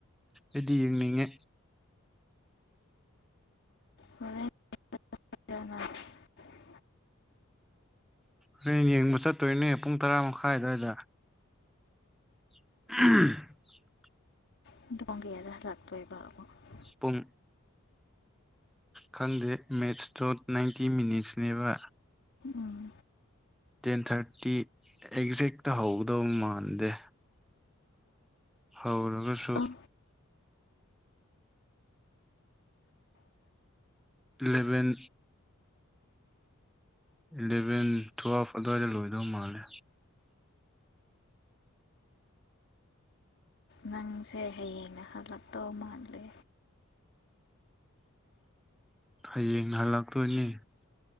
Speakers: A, in the centre; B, on the left.
A: ꯑꯩꯗꯤ ꯌꯦꯡꯅꯤꯡꯉꯦ
B: ꯍꯣꯔꯦꯟ <unintelligible>
A: ꯍꯌꯦꯡ ꯌꯦꯡꯕ ꯆꯠꯇꯣꯏꯅꯦ ꯄꯨꯡ ꯇꯔꯥ ꯃꯈꯥꯏ ꯑꯗꯨꯋꯥꯏꯗ <unintelligible>
B: <unintelligible> ꯍꯜꯂꯥꯛꯇꯣꯏꯕ
A: ꯄꯨꯡ ꯈꯪꯗꯦ ꯃꯦꯠꯁꯇꯣ ꯅꯥꯏꯟꯇꯤ ꯃꯤꯅꯤꯠꯁꯅꯦꯕ
B: ꯎꯝ
A: ꯇꯦꯟ ꯊꯥꯔꯇꯤ ꯑꯦꯛꯖꯦꯛꯇ ꯍꯧꯒꯗꯧ ꯃꯥꯟꯗꯦ ꯍꯧꯔꯒꯁꯨ
B: ꯑꯣ
A: ꯂꯦꯚꯦꯟ ꯏꯂꯦꯚꯦꯟ ꯊꯨ ꯍꯥꯐ ꯑꯗꯨꯋꯥꯏꯗ ꯂꯣꯏꯗꯧ ꯃꯥꯜꯂꯦ
B: ꯅꯪꯁꯦ ꯍꯌꯦꯡꯅ ꯍꯜꯂꯛꯇꯧ ꯃꯥꯜꯂꯤ
A: ꯍꯌꯦꯡꯅ ꯍꯜꯂꯛꯇꯣꯏꯅꯤ